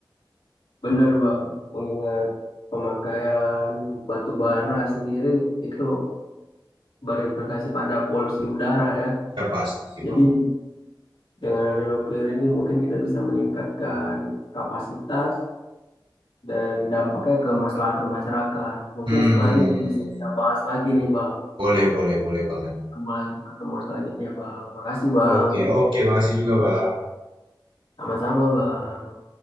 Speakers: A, on the left; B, on the right.
A: Bener Bang, mengingat pemakaian batu bara sendiri itu berimplikasi pada polusi udara ya.
B: Ya pasti sih
A: Jadi
B: Bang.
A: dengan ada nuklir ini mungkin kita bisa meningkatkan kapasitas dan dampaknya ke kemaslahatan masyarakat. Mungkin
B: Hmm,
A: setelah ini kita bisa kita bahas lagi nih, Bang.
B: boleh boleh boleh banget.
A: Ketemu lagi pertemuan selanjutnya, Bang. Makasih, Bang.
B: Oke oke, makasih juga Bang.
A: Sama-sama, Bang.